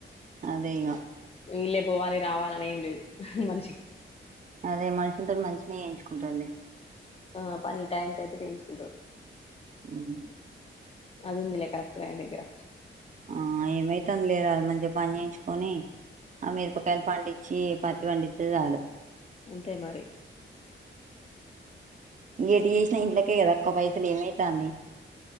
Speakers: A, on the right; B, on the left.
A: అదే ఇగ
B: వీళ్ళే పోవాలి రావాల అని ఏం లేదు మనిషికి
A: అదే మనుషుల తోటి మంచిన చెయించుకుంటలెది
B: ఆ పని టైం క అయితే చేయించుకుంటారు
A: మ్
B: అది ఉందిలే కరక్ట్ గా ఆయన దగ్గర
A: ఆ ఏమైతంది లేర అది మంచిగా పని చేయించుకొని ఆ మిరుపకాయలు పండించి పత్తి పండిత్తే చాలు
B: అంతే మరి
A: ఏటి చేసిన ఇంట్లకే కదా అక్క పైసలు ఏమైతాంది